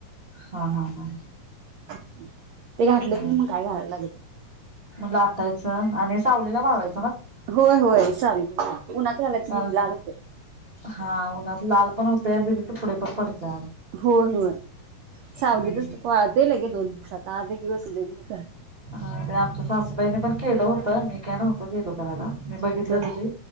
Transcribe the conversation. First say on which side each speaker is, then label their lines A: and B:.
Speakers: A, on the right (about 30°); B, on the right (about 80°).
A: हा, हा, हा, हा
B: <unintelligible>
A: म
B: की मग काय घालायला लागत नाही.
A: म आटायचं आणि सावलीला वळवाय
B: होय होय साल पाप उन्हात घालायचं
A: कारण
B: नाही लाल होतय.
A: हा उन्हात लाल पण होतय तिजे तुकडे पर पडत्यात
B: होय होय सावलीतच
A: हम्
B: वाळतंय लगे दोन दिवसात आज एक दिवस देली म्हणजे झालं.
A: हा ते आमच्या सासूबाईने पण केलं होतं मी काय नव्हतो गेलो करायला. मी बघितलेलं
B: वाळतंय.
A: होते